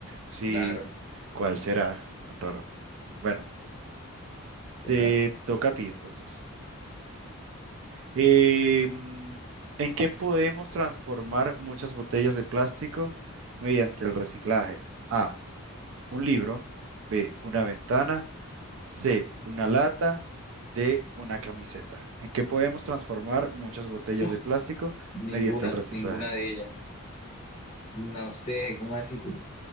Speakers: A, on the right (about 60°); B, on the left (about 30°).
A: Sí,
B: claro,
A: ¿cuál será? Tan raro. Bueno.
B: qué
A: Te
B: raro.
A: toca a ti entonces. Eh, mm, ¿en qué podemos transformar muchas botellas de plástico mediante el reciclaje? A, un libro, B, una ventana, C, una lata, D, una camiseta. ¿En qué podemos transformar muchas botellas
B: No,
A: de plástico
B: Ninguna,
A: mediante el reciclaje?
B: ninguna de ellas. No sé, ¿cómo decir que